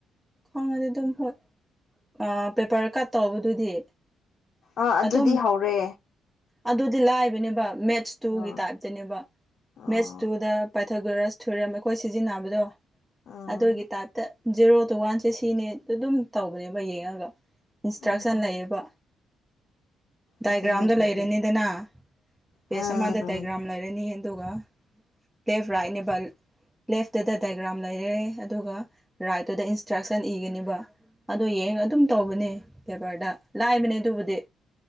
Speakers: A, in the centre; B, on the left.
A: ꯈꯪꯉꯗꯤ ꯑꯗꯨꯝ ꯍꯣꯏ ꯑ ꯄꯦꯄꯔ ꯀꯠ ꯇꯧꯕꯗꯨꯗꯤ
B: ꯑꯥ ꯑꯗꯨꯗꯤ
A: ꯑꯗꯨꯝ
B: ꯍꯧꯔꯦ꯫
A: ꯑꯗꯨꯗꯤ ꯂꯥꯏꯕꯅꯦꯕ ꯃꯦꯠꯁ ꯇꯨꯒꯤ
B: ꯑꯥ
A: ꯇꯥꯏꯞꯇꯅꯦꯕ ꯃꯦꯠꯁ
B: ꯑꯥ
A: ꯇꯨꯗ ꯄꯥꯏꯊꯣꯒꯔꯁ ꯊꯣꯏꯔꯦꯝ ꯑꯩꯈꯣꯏ ꯁꯤꯖꯤꯟꯅꯕꯗꯣ
B: ꯑꯥ
A: ꯑꯗꯨꯒꯤ ꯇꯥꯏꯞꯇ ꯖꯦꯔꯣ ꯇꯨ ꯋꯥꯟ ꯁꯦ ꯁꯤꯅꯦ ꯑꯗꯨꯝ ꯇꯧꯕꯅꯦꯕ ꯌꯦꯡꯉꯒ ꯏꯟꯁꯇ꯭ꯔꯛꯁꯟ
B: ꯑꯥ
A: ꯂꯩꯌꯦꯕ꯫ ꯗꯥꯏꯒ꯭ꯔꯥꯝꯗꯣ
B: ꯑꯗꯨꯅꯦ
A: ꯂꯩꯔꯅꯤꯗꯅ
B: ꯑꯗꯨ
A: ꯄꯦꯖ
B: ꯎꯝ
A: ꯑꯃꯗ ꯗꯥꯏꯒ꯭ꯔꯥꯝ ꯂꯩꯔꯅꯤ ꯑꯗꯨꯒ ꯂꯦꯐ ꯔꯥꯏꯠꯅꯦꯕꯜ ꯂꯦꯐꯇꯨꯗ ꯗꯥꯏꯒ꯭ꯔꯥꯝ ꯂꯩꯔꯦ ꯑꯗꯨꯒ ꯔꯥꯏꯠꯇꯨꯗ ꯏꯟꯁꯇ꯭ꯔꯛꯁꯟ ꯏꯒꯅꯤꯕ ꯑꯗꯣ ꯌꯦꯡꯉꯒꯥ ꯑꯗꯨꯝ ꯇꯧꯕꯅꯦ꯫ ꯇꯦꯕꯜꯗ ꯂꯥꯏꯕꯅꯦ ꯑꯗꯨꯕꯨꯗꯤ